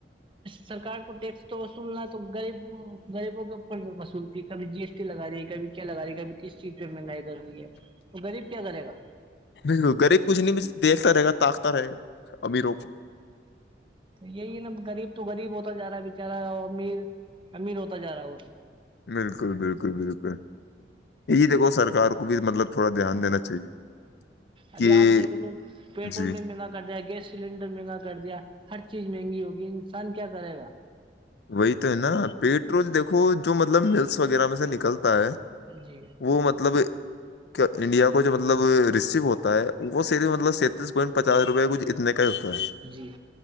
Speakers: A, on the right; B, on the left.
A: سرک کو ٹیکس تو وصولنا تو غبوں غریبوں کے اوپر وصولتی ہے کبھی جی ایس لگا رہی ہے کبھی کیا لگ رہی ہے کبھی کس چیز پہ مہنگائی کر رہی ہے تو غریب کیا کرے گا
B: بالکل غریب کچھ نہیں دیکھتا رہے گا تاقتا رہے گا امیروں کو
A: یہی ہے نا غریب تو غریب ہوتا جا رہا ہے بچارا امیر امیر ہوتا جا رہا ہے وہ
B: بالکل بالکل بالکل یہی دیکو سرکار کو بھی مطلب تھوڑا دھیان دینا چاہیے
A: ابھی
B: کہ
A: آپ دیکھ لو پیٹرول
B: جی
A: میں مہنگا کر دائے گیس سلینڈر مہنگا کر دیا ہر چیز مہنگی ہوگی انسان کیا کرے گا
B: وہی تو ہے نا پیٹ روز دیکھو جو مطلب ملس وغیرہ میں سے نکلتا ہے
A: جی
B: وہ مطلب انڈیا کو جو مطلب رو ہوتا ہے وہ صف مطلب تیس پوائن پچاس روپئے کھ اتنے کا ہوتا ہے
A: جی